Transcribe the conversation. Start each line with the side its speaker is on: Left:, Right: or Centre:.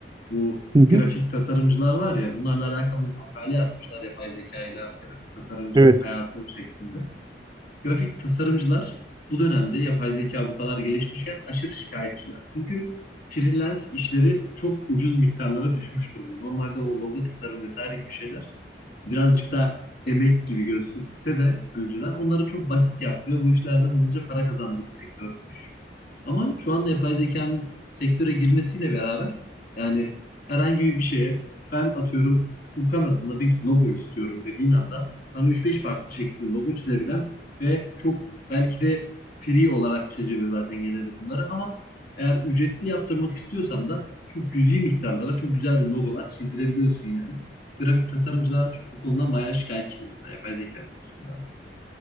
Left: Bu
Right: Hı hı.
Left: grafik tasarımcılar var ya bunlarla alakalı bir makale yazmışlar yapay zeka ile grafik tasarımcının
Right: Evet.
Left: hayatı şeklinde grafik tasarımcılar bu dönemde yapay zeka bu kadar gelişmişken aşırı şikayetçiler. Çünkü freelance işleri çok ucuz miktarlara düşmüş durumda. Normalde o logo tasarım vesaire gibi şeyler birazcık daha emek gibi gözükse de önceden onları çok basit yaptı ve bu işlerden hızlıca para kazandığı bir sektörmüş. Ama şu anda yapay zekanın sektöre girmesiyle beraber yani herhangi bir şeye ben atıyorum Furkan adında bir logo istiyorum dediğin anda sana üç beş farklı şekilde logo çizebilen ve çok belki de free olarak çiziyor zaten genelde bunları ama eğer ücretli yaptırmak istiyorsan da çok cüzi miktarlara çok güzel bir logolar çizdirebiliyorsun yani. Grafik tasarımcılar bu konudan bayağı şikayetçiydi mesela yapay zeka konusunda.